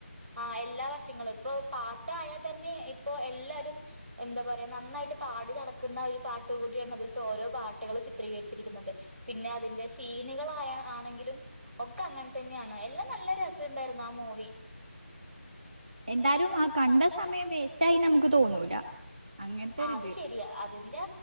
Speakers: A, on the right (about 75°); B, on the right (about 35°).
A: ആ എല്ലാ വശങ്ങളും ഇപ്പൊ പാട്ടയാൽ തന്നെ ഇപ്പൊ എല്ലാരും എന്താ പറയാ നന്നായിട്ട് പാടി നടക്കുന്ന ഒരു പാട്ട് ട്ടുകൂടിയാണ് അതിലത്തെ ഓരോ പാട്ടുകൾ ചിത്രീകരിച്ചിരിക്കുന്നത് പിന്നെ അതിന്റെ സീനുകള് ആയാ ആണെങ്കിലും ഒക്കെ അങ്ങനെ തന്നെയാണ് എല്ലാം നല്ല രസണ്ടായിരുന്നു ആ മൂവി
B: എന്താലും ആ കണ്ട സമയം വേസ്റ്റ് ആയി നമുക്ക് തോന്നൂല അങ്ങനത്തെ
A: ആ
B: ഒരിത്
A: അത് ശരിയാ അത് ൻ്റെ